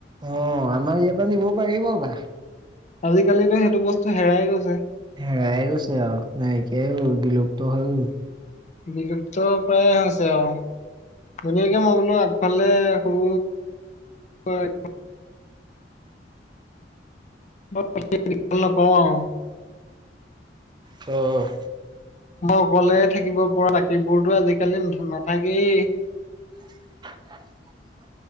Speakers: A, on the right; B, on the left.
A: অ' আমাৰ ইয়াৰপৰা নিব পাৰিব বাঁহ।
B: আজিকালি যে সেইটো বস্তু হেৰাই গৈছে।
A: হেৰাইে গৈছে আৰু, নাইকিয়াই হ'ল, বিলুপ্ত হৈ গ'ল।
B: বিলুপ্ত প্ৰায় হৈছে অ'। ধুনীয়াকে মই বোলো আগফালে সৰু হয়। <unintelligible>
A: অ', অ'।
B: মই অকলে থাকিবপৰা, বাকীবোৰতো আজিকালি নাথাকেই।
A: <inaudible>